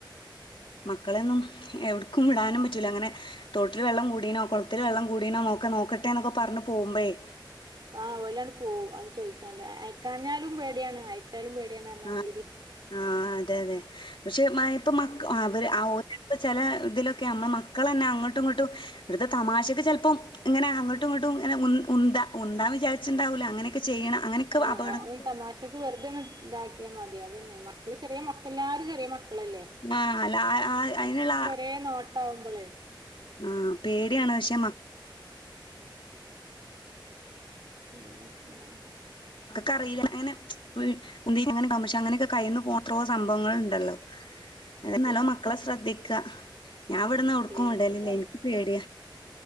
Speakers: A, on the left; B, on the right.
A: മക്കളൊന്നും എവിടക്കും വിടാനും പറ്റില്ല അങ്ങനെ തോട്ടിൽ വെള്ളം കൂടീനോ കുളത്തില് വെള്ളം കൂടീനോ എന്നോക്കെ നോക്ക നോക്കട്ടെന്നൊക്കെ പറഞ്ഞു പോകുമ്പേളെ
B: ആഹ് ഓലന്ണ്ട് പോകും ആര് ചോദിച്ചാതെ അയക്കാഞ്ഞാലും പേടിയാണ് അയച്ചാലും പേടിയാണ് പറഞ്ഞമാതിരി
A: ആ ആ അതെ അതെ പക്ഷെ ഇപ്പ മ
B: അതെ
A: അവര് ഇപ്പ ചില ഇതിലൊക്കെ നമ്മൾ മക്കൾ തന്നെ അങ്ങോട്ടും ഇങ്ങോട്ടും ഇവിടുത്തെ തമാശക്ക് ചിലപ്പോം ഇങ്ങനെ അങ്ങോട്ടും ഇങ്ങോട്ടും ഇങ്ങനെ ഉന്താ ഉനതന്ന് വിചാരിച്ചിുണ്ടാവൂലോ അങ്ങനെയൊക്കെ ചെയ്യണം അങ്ങനെയൊക്കെ
B: ആഹ
A: അപകടങ്ങൾ
B: തമാശക്ക് വെറുതെന്ന ഇതാക്കിയാൽ മതി അതന്നെ മക്കള് ചെറിയ മക്കൾ എല്ലാരും ചെറിയ മക്കളല്ലേ
A: ആഹ് അല്ല ആ- ആ-
B: ഉ
A: അതിനുള്ള
B: ഒക്കെ ഒരേ നോട്ട ആാവുമ്പോള്
A: ആഹ പേടിയാണ് പക്ഷേ മ
B: എന്നൊക്കെയാണ്
A: അവർക്ക് അറിയില്ല അങ്ങനെ ഉന്തി അങ്ങനൊവ പക്ഷെ അങ്ങനെക്കെ കയിന്ന് പോന്ന എത്രയോ സംഭവങ്ങളൾ ഉണ്ടല്ലോ അത
B: ഇണ്ട്
A: നല്ലോ മക്കളെ ശ്രദ്ധിക്കുക ഞാൻ ഇവിടന്ന്
B: ഉം
A: എവിടേക്കും
B: ദൈവത്തിന്റെ
A: വി ടലല്ലേ എനിക്ക് പേടിയാ